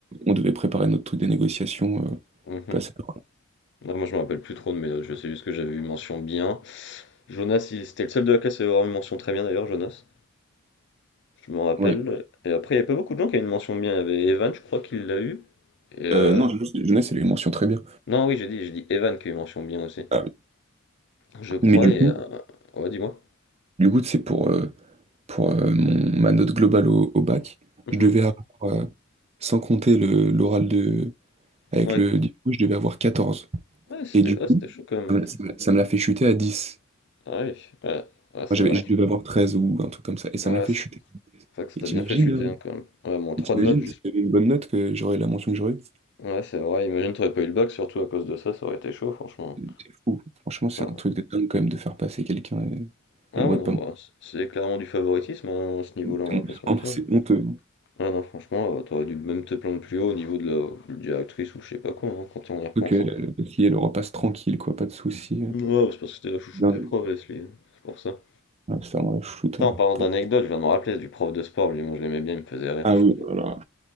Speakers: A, on the right; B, on the left.
A: on devait préparer notre truc de négociation. euh,
B: Mhm.
A: passer à
B: Non, moi, je me rappelle plus trop de mes notes, je sais juste que j'avais eu mention bien. Jonas, il... c'était le seul de la classe à avoir une mention très bien d'ailleurs, Jonas, je me rappelle.
A: l'oral. ouais.
B: Et après, il n'y a pas beaucoup de gens qui avaient une mention bien, il y avait Evan, je crois qu'il l'a eu. Et euh,
A: Euh, non, jeunesse, jeunesse, elle a eu mention très bien.
B: Non, oui, j'ai dit, j'ai dit Evan qui a eu mention bien aussi,
A: Ah,
B: je crois,
A: mais du
B: et...
A: coup,
B: euh, Ouais, dis-moi.
A: du coup, c'est pour, euh, pour euh, mon, ma note globale au, au bac.
B: Mhm.
A: Je devais avoir, euh, sans compter le, l'oral de, avec
B: Ouais,
A: le diplôme, je devais avoir quatorze
B: ouais, c'était
A: Et du
B: quoi,
A: coup,
B: c'était chaud quand même.
A: ça me, ça me- ça me l'a fait chuter à dix
B: Ah oui, ouais, Ouais, c'est
A: Moi, j'avais,
B: vrai
A: je
B: que...
A: devais avoir 13 ou un truc comme ça. Et ça
B: Ouais,
A: me l'a fait
B: c'est
A: chuter.
B: c'est vrai que ça
A: Et
B: t'a
A: t'imagines,
B: bien fait chuter
A: euh,
B: hein, quand même. Ouais, moins 3
A: et t'imagines
B: de notes
A: si j'avais une bonne note que j'aurais la mention que j'aurais eue?
B: Ouais, c'est vrai, imagine, t'aurais pas eu le bac, surtout à cause de ça, ça aurait été chaud, franchement.
A: C'est fou. Franchement, c'est
B: Alors,
A: un truc de dingue quand même de faire passer quelqu'un et,
B: Ah
A: et moi
B: oui, non,
A: de pas
B: bah,
A: me-
B: c- c'est clairement du favoritisme, hein, à ce niveau-là,
A: <laughs>
B: on va pas se mentir.
A: Vraiment, C'est
B: hein.
A: honteux.
B: Ah non, franchement, euh, t'aurais dû même te plaindre plus haut au niveau de la, de la directrice ou je sais pas quoi, hein, quand on y repense.
A: Faut que la,
B: hein.
A: la fille, elle repasse tranquille, quoi, pas de soucis.
B: Mm. Ouais, c'est parce que c'était la chouchoute
A: Dingue.
B: des profs, Leslie, hein, c'est pour ça.
A: Ah, ça, on la shoot.
B: Putain,
A: hein.
B: en parlant
A: Pour-
B: d'anecdote, je viens de me rappeler du prof de sport, lui, moi je l'aimais bien, il me faisait rire.
A: Ah
B: je
A: oui,
B: sais pas.
A: voilà.